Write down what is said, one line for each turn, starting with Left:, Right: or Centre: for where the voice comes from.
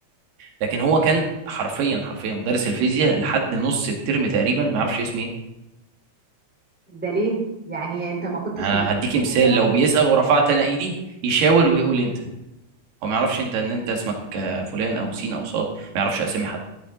Right: لكن هو كان حرفيا حرفيا مدرس الفيزياء لحد نص الترم تقريبا ما يعرفش اسمي ايه
Centre: ده ليه يعني انت ما كنتش
Right: ه-
Centre: مميز
Right: هديكي مثال
Centre: مثلا
Right: لو بيسأل ورفعت انا ايدي يشاور ويقول انت هو ما يعرفش انت ان انت اسمك آه، فلان او سين او صاد ما يعرفش اسامي حد